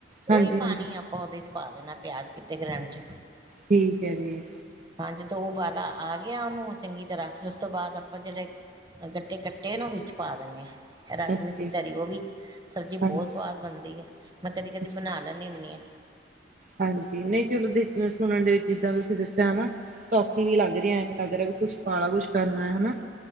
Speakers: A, on the right; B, on the right.
A: ਹਾਂਜੀ
B: ਓਈ ਪਾਨੀ
A: ਹਾਂਜੀ
B: ਆਪ ਓਦੇ ਚ ਪਾ ਦੇਨੈ, ਪੇਆਜ ਕਿੱਤੇ ਗ੍ਰੈਂਡ ਚ।
A: ਠੀਕ ਏ ਜੀ।
B: ਹਾਂਜੀ ਤੋ ਉਬਾਲਾ ਆ ਗੇਆ ਓਨੂੰ ਚੰਗੀ ਤਰਾਂ ਫੇਰ ਉਸ ਤੋ ਬਾਦ ਆਪਾਂ ਜੇੜੇ ਗੱਟੇ ਕੱਟੇ ਨਾ, ਓ ਵਿੱਚ ਪਾ ਦੇਨੈ। ਰਸ
A: ਓਕੇ
B: ਮਿੱਸੀ ਤਰੀ, ਓ ਵੀ ਸਬਜ਼ੀ
A: ਹਾਂਜੀ
B: ਬੋਤ ਸਵਾਦ ਬਨਦੀ ਏ, ਮੈਂ ਕਦੀ-ਕਦੀ
A: ਜੀ,
B: ਬਨਾ ਲੈਨ ਨੀ ਹੁੰਨੀ ਆਂ।
A: ਹਾਂਜੀ, ਨਹੀਂ ਚਲੋ ਦੇਖ ਸੁਣਨ ਡੀ ਚੀਜਾਂ ਤੂਸੀ ਦੱਸੇਆ ਨਾ ਸੌਖੀ ਵੀ ਲਾੱਗ ਰੀ ਐ, ਐਂਵੈ ਲਾੱਗ ਰੇਐ ਵੀ ਕੁੱਛ ਪਾੜਾ ਕੁੱਛ ਕਰਨੈ, ਹਨਾ।